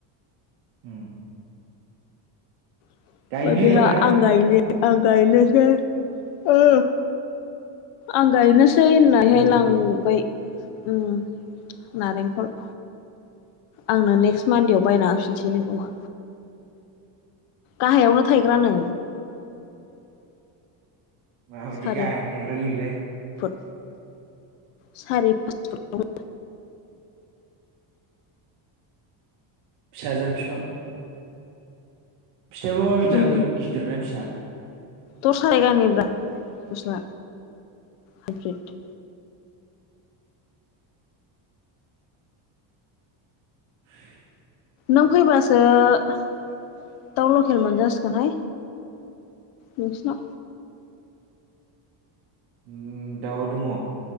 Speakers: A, on the right; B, on the left.
A: उम
B: ओमफाय
A: गायनो
B: बेहा
A: ना
B: आं गायनो आं गायनोसै ओ आं गायनोस सै होननानैहाय
A: फुलि
B: लांबाय। उम नारेंखल आंनो नेक्स्ट मान्डेआव बायना होफिनसै नो गावहा गाहायावनो थायग्रानो।
A: मा बायदि
B: सारि
A: गाहायावनो थायग्रालै बिलाय?
B: फुट सारि, पासपुत
A: फिसाजार फिफां फिथायाबो माबायदि जागोन
B: उम
A: गिदिर ना फिसा।
B: दस्रा जायगानि ब्रा दस्रा हाइब्रिद।
A: <inaudible>
B: नों फैबासो दाउ लकेल मोनजासिगोनहाय नोंसिनाव।
A: उम दाउ दङ।